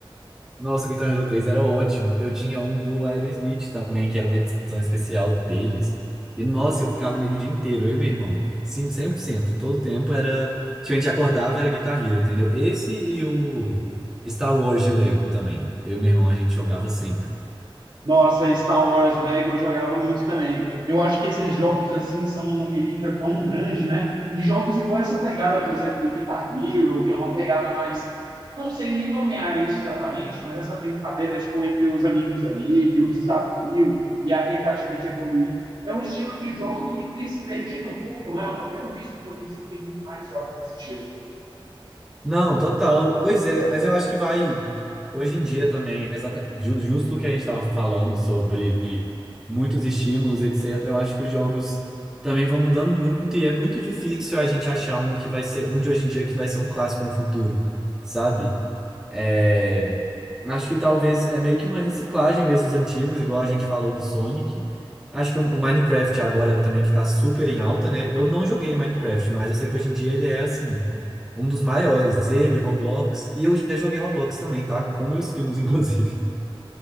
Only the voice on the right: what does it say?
Nossa, Star Wars Lego eu jogava muito também. Eu acho que esses jogos assim são uma relíquia tão grande, né? E jogos igual essa pegada, por exemplo, do Guitar Hero, que é uma pegada mais. Não sei nem nomear isso exatamente, mas essa brincadeira tipo, entre os amigos ali, e o desafio, e a tentativa de evoluir. É um estilo de jogo que tem se perdido um pouco, né? Eu não tenho visto produzirem muito mais jogos nesse estilo.